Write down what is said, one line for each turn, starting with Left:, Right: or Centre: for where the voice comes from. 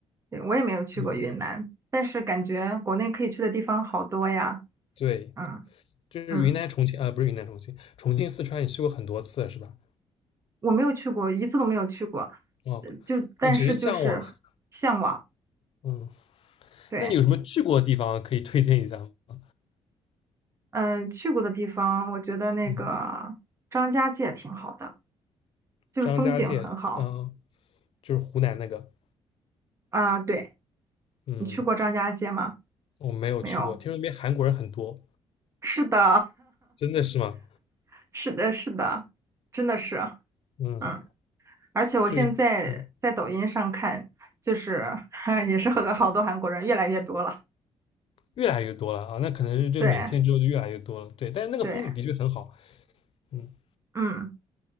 Right: 对，我也没有去过云南，
Left: 嗯，
Right: 但是感觉国内可以去的地方好多呀。
Left: 对，
Right: 嗯
Left: 就是云南、
Right: 嗯。
Left: 重庆，啊，不是云南、重庆，重庆、四川，你去过很多次了是吧？
Right: 我没有去过，一次都没有去过，
Left: 哦，
Right: 呃就但是就是向往。
Left: 你只是向往。嗯，
Right: 对，
Left: 那你有什么去过的地方可以推荐一下吗？
Right: 嗯，去过的地方，我觉得那个张家界挺好的，
Left: 嗯，
Right: 就是风景很好
Left: 张家界，嗯，就是湖南那个。
Right: 啊。对，
Left: 嗯，
Right: 你去过张家界吗？
Left: 我没有去过，
Right: 没有。
Left: 听说那边韩国人很多，
Right: 是的，
Left: 真的是吗？
Right: <laughs> 是的，是的，真的是，
Left: 嗯，
Right: 嗯。而且我现在在抖音上看，
Left: 就是。嗯
Right: 就是 <laughs> 也是和好多韩国人越来越多了。
Left: 越来越多了啊，那可能是这个免签之后就越来越多了。
Right: 对，
Left: 对，但是那个风景的确很好。
Right: 对，
Left: 嗯
Right: 嗯。